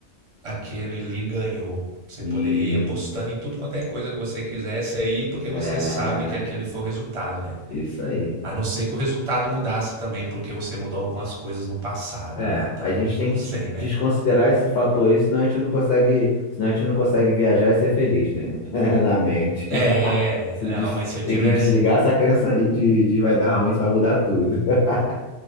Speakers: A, on the right; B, on the left.
A: aquele Lee ganhou. Você
B: Isso.
A: poderia ir apostando em tudo quanto é coisa que você quisesse aí, porque
B: É,
A: você sabe que aquele foi o resultado, né?
B: isso aí.
A: A não ser que o resultado mudasse também, porque você mudou algumas coisas no passado,
B: É,
A: né? Então,
B: a gente tem
A: não
B: que
A: sei, né?
B: desconsiderar esse fator aí, senão a gente não consegue, senão a gente não consegue viajar e ser feliz, né? <laughs> Na mente.
A: É,
B: <laughs> Se
A: não,
B: des-
A: mas se eu
B: Tem
A: tivesse,
B: que desligar essa crença aí de, de vai dar ruim, isso vai mudar tudo. <laughs>